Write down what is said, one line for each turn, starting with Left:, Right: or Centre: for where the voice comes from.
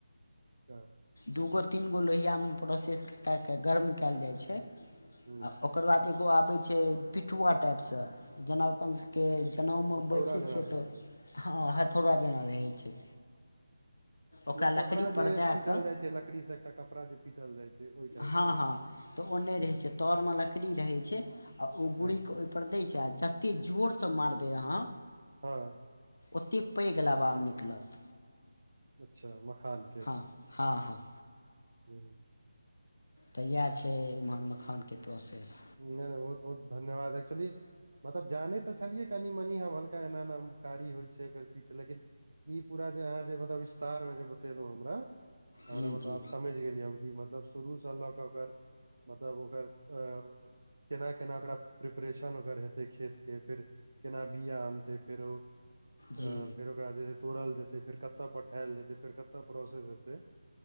Right: अच <unintelligible>
Left: दू गो तीन गो लोहिया म प्रोसेस केए कऽ गर्म केएल जाइ छै,
Right: हँ
Left: आ ओक ओकर बाद एगो आबै छै पिठुवा टाइप सँ जेना अपन स के जनउ मे
Right: हथौड़ा
Left: बैसै
Right: जेना
Left: छियै
Right: रहै
Left: तऽ
Right: छै
Left: हँ हथौड़ा जेना रहै छै। ओकरा
Right: या कपड़ा
Left: लकड़ीपर
Right: जे
Left: दए
Right: पीटल
Left: कऽ
Right: जाइ छै लकड़ी से एकटा कपड़ा जे पीटल जाइ छै ओइ टाइप
Left: हँ
Right: के।
Left: हँ तऽ ओ नै
Right: हँ
Left: रहै छै तर मे लकड़ी रहै छै। आ ओ
Right: अच्छा
Left: गुड़ी के ओइ पर दै छै आ जत्ते जोर सँ मारबै अहाँ
Right: हँ।
Left: ओते पैघ लाबा निकलत
Right: अच्छा मखान
Left: हँ हँ हँ।
Right: हूँ।
Left: तऽ इएह छै ईमान मखानके प्रोसेस
Right: नहि नहि बहुत बहुत धन्यवाद एकचुली मतलब जानै तऽ छलियै कनि मनी हम हल्का एना एना कारी होइ छै फेर पीठ लेकिन ई पूरा जे अहाँ जे मतब विस्तार मे जे बतेलहु हमरा हमरा
Left: जी
Right: मतलब
Left: जी
Right: आब समझि गेलियै हम कि मतलब शुरूसँ लऽ कऽ ओकर मतलब ओकर अ केना केना ओकरा प्रिपरेशन ओकर हेतै खेत के फेर केना बिया आनतै फेरो अ
Left: जी
Right: फेर ओकरा जे तोड़ल जेतै फेर कतऽ पठायल जेते फेर कतय प्रोसेस हेतै